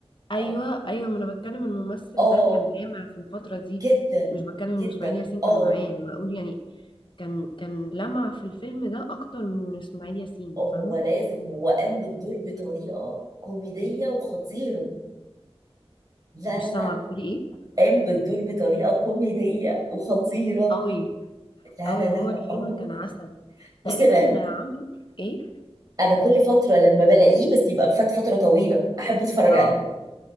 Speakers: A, on the left (about 50°); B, on the right (about 35°).
A: ايوه
B: أنا-
A: ايوه ما انا بتكلم الممثل
B: اه
A: ده كان لامع في الفتره دي
B: جدا
A: مش بتكلم ان
B: جدا
A: اسماعيل ياسين
B: اه
A: كان معايا انا بقول يعني كان كان لمع في الفيلم ده اكتر من اسماعيل ياسين
B: هو
A: فاهمه
B: لازم هو قام بالدور بطريقه كوميديه وخطيره لا
A: مش
B: لا لا
A: سامعه بتقولي ايه
B: قام بالدور بطريقه كوميديه وخطيره
A: قوي
B: لا
A: قوي
B: لا لا
A: وهو الفيلم
B: اه
A: كان عسل
B: بصي
A: تقريبا
B: انا
A: عمل ايه
B: انا كل فتره لما بلاقيه بس يبقى فات فتره طويله احب اتفرج
A: اه
B: عليه